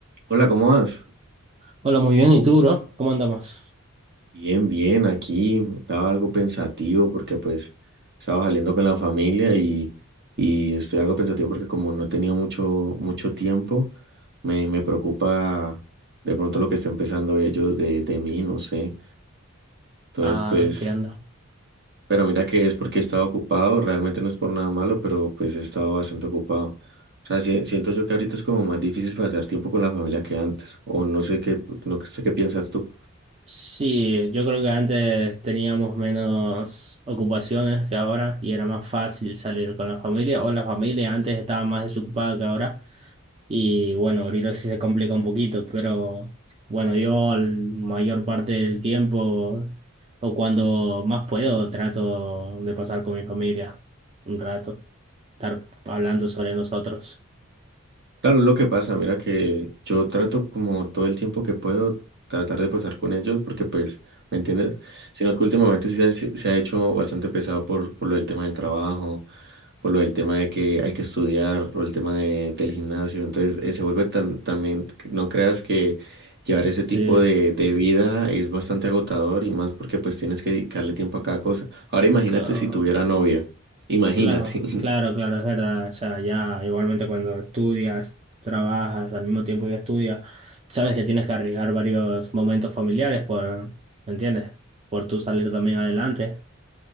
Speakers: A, on the right; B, on the right.
A: Hola, ¿cómo vas?
B: Hola, muy bien. ¿Y tú, bro? ¿Cómo andamos?
A: Bien, bien, aquí estaba algo pensativo porque pues estaba saliendo con la familia y, y estoy algo pensativo porque como no he tenido mucho, mucho tiempo, me, me preocupa de pronto lo que estén pensando ellos de, de mí, no sé. Entonces
B: Ah,
A: pues,
B: entiendo.
A: pero mira que es porque he estado ocupado, realmente no es por nada malo, pero pues he estado bastante ocupado. O sea, si- siento yo que ahorita es como más difícil pasar tiempo con la familia que antes, o no sé qué, no sé qué piensas tú.
B: Sí, yo creo que antes teníamos menos ocupaciones que ahora y era más fácil salir con la familia o la familia antes estaba más desocupada que ahora y bueno, ahorita sí se complica un poquito, pero bueno, yo la mayor parte del tiempo o cuando más puedo trato de pasar con mi familia un rato, estar hablando sobre nosotros.
A: Claro, es lo que pasa, mira que yo trato como todo el tiempo que puedo tratar de pasar con ellos, porque pues, ¿me entiendes? Sino que últimamente sí se, ha se- se ha hecho bastante pesado por, por lo del tema del trabajo, por lo del tema de que hay que estudiar, o el tema de, del gimnasio, entonces eh, se vuelve tan, también, que no creas que llevar ese
B: Sí,
A: tipo de, de vida es bastante agotador y más porque pues tienes que dedicarle tiempo a cada cosa. Ahora imagínate
B: claro.
A: si tuviera novia, imagínate.
B: Claro,
A: <laughs>
B: claro, claro, es verdad. O sea, ya igualmente cuando estudias, trabajas, al mismo tiempo que estudias, sabes que tienes que arriesgar varios momentos familiares por, ¿me entiendes? Por tú salir también adelante.